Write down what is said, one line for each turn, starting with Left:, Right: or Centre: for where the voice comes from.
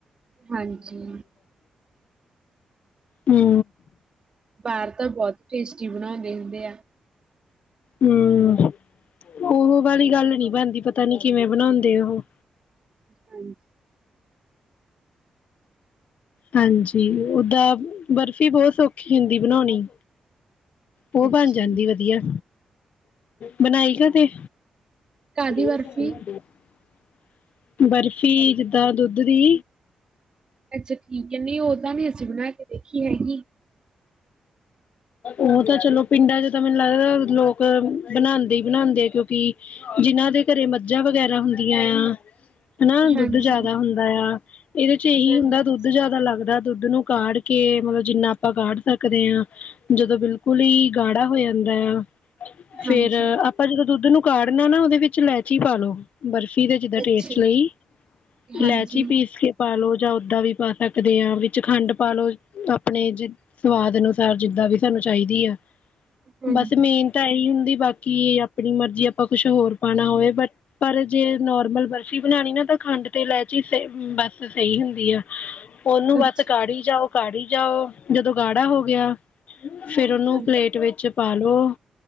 Right: ਹਾਂਜੀ
Left: ਹੂੰ
Right: ਬਾਹਰ ਤਾ ਬਹੁਤ ਟੇਸਟ ਟੀ ਬਣਾਉਂਦੇ ਹੁੰਦੇ ਆ।
Left: ਹੂੰ ਉਹ ਵਾਲੀ ਗੱਲ ਈ ਨੀ ਬਣਦੀ, ਪਤਾ ਨੀ ਕਿਵੇਂ ਬਨਾਉਂਦੇ ਉਹ।
Right: ਹਾਂਜੀ।
Left: ਹਾਂਜੀ ਓਦਾਂ ਬਰਫ਼ੀ ਬਹੁਤ ਸੌਖੀ ਹੁੰਦੀ ਬਨਾਉਣੀ। ਉਹ
Right: ਅੱਛਾ
Left: ਬਣ ਜਾਂਦੀ
Right: ਜੀ।
Left: ਵਧੀਆ। ਬਨਾਈ ਕਦੀ।
Right: ਕਾਹਦੀ
Left: ਰੋਜ
Right: ਬਰਫ਼ੀ
Left: ਕਿਵੇ ਬਣਾਉਂਦੇ ਆ। ਬਰ ਫੀ ਜਿੱਦਾਂ ਦੁੱਧ ਦੀ
Right: ਅੱਛਾ ਠੀਕ ਏ, ਨਹੀਂ ਓਹ ਤਾਂ ਨੀ ਅਸੀ ਬਣਾ ਕੇ ਦੇਖੀ ਹੈਗੀ।
Left: ਉਹ ਤਾਂ ਚਲੋ ਪਿੰਡਾਂ ਚ ਤਾਂ ਮੈਨੂੰ ਲੱਗਦਾ ਏ ਲੋਕ ਬਨਾਉਦੇ ਹੀ ਬਨਾਉਦੇ ਆ ਕਿਉਂਕਿ ਜਿਹਨਾਂ ਦੇ ਘਰੇ ਮੱਝਾਂ ਵਗੈਰਾ ਹੁੰਦੀਆਂ ਯਾਂ। ਹਨਾ
Right: ਹਾਂਜੀ,
Left: ਦੁੱਧ ਜਿਆਦਾ ਹੁੰਦਾ ਆ। ਇਹਦੇ ਚ ਇਹੀ
Right: ਹਾਂਜੀ,
Left: ਹੁੰਦਾ, ਦੁੱਧ ਜਿਆਦਾ ਲੱਗਦਾ। ਦੁੱਧ ਨੂੰ ਕਾੜ ਕੇ ਕੇ ਮਤਲਬ ਜਿੰਹਨਾ ਆਪਾਂ ਕਾੜ ਸਕਦੇ ਹਾਂ ਜਦੋ ਬਿਲਕੁਲ ਈ ਗਾੜਾ ਹੋ ਜਾਂਦਾ ਆ।
Right: ਹਾਂਜੀ,
Left: ਫੇਰ ਆਪਾਂ ਜਦੋ ਦੁੱਧ ਨੂੰ ਕਾਡ ਨੇਂ ਨਾ ਉਹਦੇ ਵਿੱਚ ਇਲਾਯਚੀ ਪਾ ਲਓ, ਬਰਫ਼ ਫੀ ਦਾ ਜਿੱਹਦਾ
Right: ਅੱਛਾ
Left: ਟੇਸਟ
Right: ਜੀ।
Left: ਲਈ
Right: ਹਾਂਜੀ,
Left: ਇਲਾਇਚੀ ਪੀਸ ਕੇ ਪਾ ਲਓ ਜਾ ਉਹਦਾ ਵੀ ਪਾ ਸਕਦੇ ਆਂ, ਵਿੱਚ ਖੰਡ ਪਾ ਲਓ ਆਪਨੇ ਜਿਹੜੇ ਸਵਾਦ ਅਨੁਸਾਰ, ਜਿੱਹਦਾਂ ਵੀ। ਸਾਹਨੂੰ ਚਾਹੀਦੀ ਹੈ।
Right: ਹਾਂਜੀ,
Left: ਬਸ ਮੇਨ ਤਾ ਇਹੀ ਹੁੰਦੀ, ਬਾਕੀ ਆਪਨੀ ਮਰਜੀ ਆਪਾਂ ਕੁਛ ਹੋਰ ਪਾਉਣਾ ਹੋਵੇ ਬਟ ਪਰ ਜੇ ਨੋਰਮਲ ਬਰਫ਼ੀ ਬਣਾਉਣੀ ਨਾ ਤਾਂ ਖੰਡ ਤੇ ਇਲਾਯਚੀ ਸਹੀ ਬਸ ਸਹੀ ਹੁੰਦੀ ਐ। ਉਹਨੂੰ
Right: ਅੱਛਾ।
Left: ਬਸ ਕਾੜੀ ਜਾਓ। ਕਾੜੀ ਜਾਓ, ਜਦੋ ਗਾੜਾ ਹੋ ਗਿਆ। ਫੇਰ ਉਹਨੂੰ
Right: ਹਾਂਜੀ,
Left: ਪਲੇਟ ਵਿੱਚ ਪਾ ਲਓ।